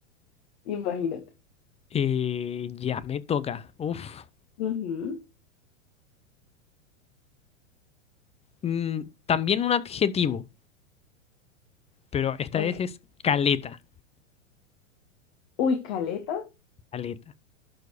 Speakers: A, on the left; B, on the left.
A: Imagínate.
B: Eh, ya, me toca. Uf.
A: Ujú,
B: Mm, también un adjetivo. pero esta
A: ok.
B: vez es caleta,
A: Uy, caleta.
B: caleta.